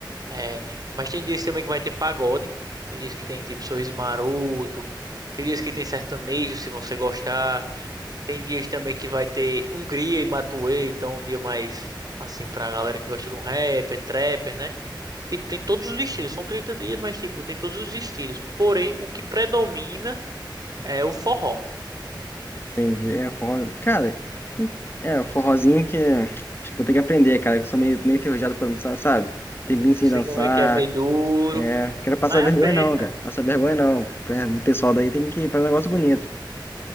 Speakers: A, on the right (about 50°); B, on the left (about 30°).
A: é... mas tem dias também que vai ter pagode, tem dias que tem tipo Sorriso Maroto, tem dias que tem sertanejo, se você gostar, tem dias também que vai ter Hungria e Matuê, então um dia mais, assim, pra galera que gosta de um rapper, trapper, né? Tipo, tem todos os estilos. São 30 dias, mas, tipo, tem todos os estilos. Porém, o que predomina é o forró.
B: Entendi. É forró. Cara, e- é forrozinho que acho que vou ter que aprender, cara. que Eu sou meio, meio enferrujado pra dançar, sabe? Tem bem sem
A: Não sei
B: dançar.
A: como é que é, meio duro.
B: É, quero passar
A: Mas
B: vergonha
A: aprende,
B: não,
A: cara.
B: cara. Passar vergonha não. É, O pessoal daí tem que fazer um negócio bonito.